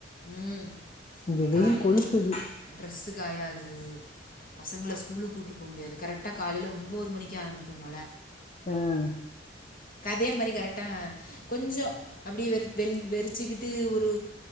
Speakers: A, on the left; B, on the left.
A: ம்
B: இங்க வெயில்
A: காலல
B: கொளுத்துது
A: ட்ரஸ் காயாது ம் பசங்கள ஸ்கூலு கூட்டு போ முடியாது கரெக்டா காலைல ஒம்போது மணிக்கே ஆரம்பிக்கோ மழ
B: ம்
A: கதே மாத்ரி கரெக்டா கொஞ்ச அப்டியே வெறு வெ வெறிச்சிக்கிட்டு ஒரு